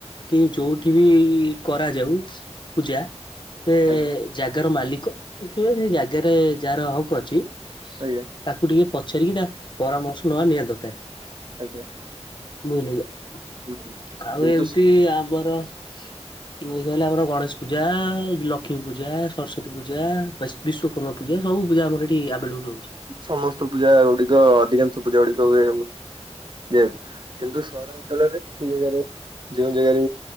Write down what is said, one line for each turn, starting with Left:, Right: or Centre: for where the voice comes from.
Left: କି ଯୋଉଠି ବି କରାଯାଉ ପୂଜା। ସେ
Right: ଆଜ୍ଞା
Left: ଜାଗାର ମାଲିକ କି ସେ ଜାଗାରେ ଯାହାର ହକ୍ ଅଛି
Right: ଆଜ୍ଞା।
Left: ତାକୁ ଟିକିଏ ପଚାରିକି ତା ପରାମର୍ଶ ନବା ନିହାତି ଦରକାର।
Right: ଆଜ୍ଞା।
Left: ବୁଝିଲେ କି
Right: ହୁଁ
Left: ଆଉ
Right: କିନ୍ତୁ
Left: ଏମିତି ଆମର ଏଇ ଯୋଉ ହେଲା ଆମର ଗଣେଶ ପୂଜା ଲକ୍ଷ୍ମୀ ପୂଜା ସରସ୍ଵତୀ ପୂଜା ବିଶ୍ୱକର୍ମା ପୂଜା ସବୁ ପୂଜା ଆମର ଏଠି ଆଭେଲେବୁଲ୍ ରହୁଛି।
Right: ସମସ୍ତ ପୂଜା ଗୁଡିକ ଅଧିକାଂଶ ପୂଜା ଗୁଡିକ ହୁଏ। ଯେ କିନ୍ତୁ ସହରାଞ୍ଚଳରେ କିଛି ଜାଗାରେ ଯେଉଁ ଜାଗାରେ